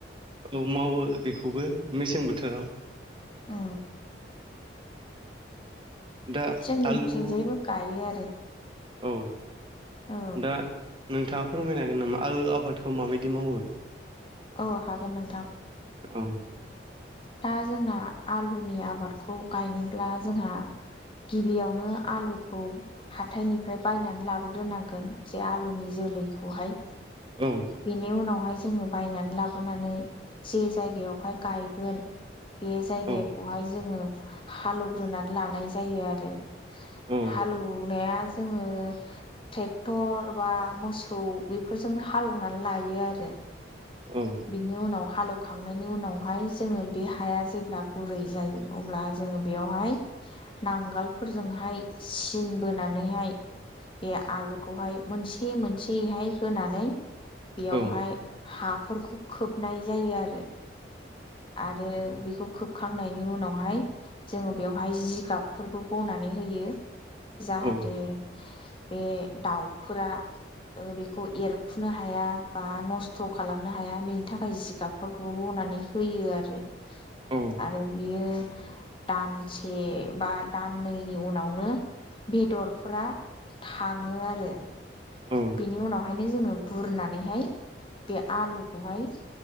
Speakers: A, on the right; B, on the left.
A: औ मावो बेखौबो मेसें बोथोराव
B: औ
A: दा
B: जोंनिथिंजायबो
A: आलु
B: गायो आरो
A: औ
B: औ
A: दा नोंथाङा फोरमायनो हागोन नामा आल आबादखौ माबायदि मावो
B: औ हागोन नोंथां
A: औ
B: दा जोंना आलुनि आबादखौ गायनोब्ला जोंहा गिबियावनो आलुखौ हाथथायनिफ्राय बायनानै लाबोग्रोनांगोन जे आलुनि जोलै लैखौहाय
A: औ
B: बिनि उनावहाय जोङो बायनानै लाबोनानै जे जायगायावहाय गायगोन बे जायगाखौहाय
A: औ
B: जोङो हालेवग्रोनानै लानाय जायो आरो
A: औ
B: हालौ नाया जोङो ट्रेक्टर बा मोसौ बेफोरजोंनो हालौवनानै लायो आरो
A: औ
B: बिनि उनाव हालौवखांनायनि उनावहाय जोङो बे हाया जेब्ला गुरै जायो अब्ला जोङो बेयावहाय नांगोलफोरजोंहाय सिनबोनानैहाय बे आलुखौहाय मोनसे मोनसेयैहाय होनानै बेयावहाय
A: औ
B: हाफोरखौ खोबनाय जायो आरो आरो बेखौ खोबखांनायनि उनावहाय जोङो बेवहाय जिगाबफोरबो बनानै होयो जाहाथे
A: औ
B: बे दाउफोरा बेखौ एरखुनो हाया बा नस्थ' खालामनो हाया बेनि थाखाय जिगाबफोरखौबो बनानै होयो आरो-आरो
A: औ
B: बियो दानसे बा दाननैनि उनावनो बेदरफोरा थाङो आरो
A: औ
B: बेनि उनावहाय ओंखायनो जोङो बुरनानैहाय बे आलुखौहाय